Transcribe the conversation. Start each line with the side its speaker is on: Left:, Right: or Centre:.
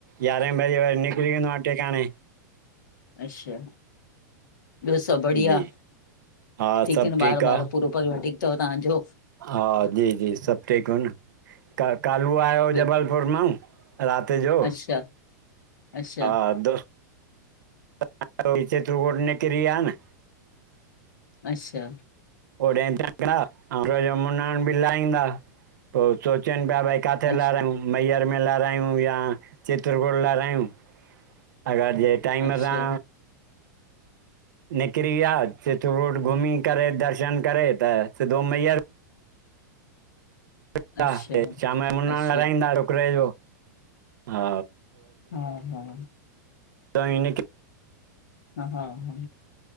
Right: यारहें बजे वरी निकरी वेंदो आं टेिकाणे
Left: अशा ॿियो सभु बढ़िया
Right: जी हा
Left: ठीक
Right: सभु
Left: आइनि
Right: ठीकु
Left: ॿार
Right: आहे
Left: ॿार पूरो परिवार ठीक तव तव्हांजो।
Right: हा जी जी सभु ठीकु अन त कालू आयो हो
Left: ॿियो
Right: जबलपुर मां राति जो
Left: अच्छा अच्छा
Right: हा दो <unintelligible> निकरी विया न
Left: अच्छा
Right: ओडे <unintelligible> बि लाहींदा पो सोचनि पिया भई काथे
Left: अछ
Right: लारायूं मैयर में लारायूं या चित्रकुट लारायूं। अगरि जे टाइम
Left: अच्छा
Right: सां निकरी विया सित रोड घुमी करे दर्शन करे त सिधो मैयर। अचा
Left: अच्छा
Right: ते शाम जो मुनणु
Left: अच्छा
Right: लगाईंदा छोकिरे जो हा।
Left: हा हा
Right: ज इन के।
Left: हा हा हा